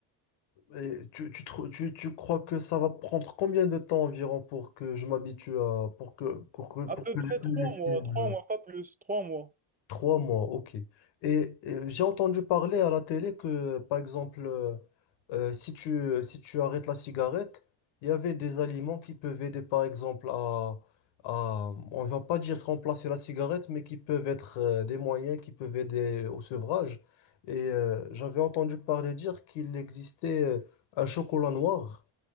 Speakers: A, on the left (about 85°); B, on the right (about 20°).
A: Et tu, tu, trou- tu- tu crois que ça va prendre combien de temps environ pour que je m'habitue à pour que pour que pour
B: À peu
A: que
B: près
A: j'ai plus
B: trois
A: les signes
B: mois, trois
A: de-
B: mois, pas plus, trois mois.
A: Trois mois, ok. Et, euh, j'ai entendu parler à la télé que, par exemple, euh, euh, si tu, si tu arrêtes la cigarette, il y avait des aliments qui peuvent aider, par exemple, à, à- on va pas dire remplacer la cigarette, mais qui peuvent être euh, des moyens qui peuvent aider au sevrage. Et euh, j'avais entendu parler dire qu'il existait euh, un chocolat noir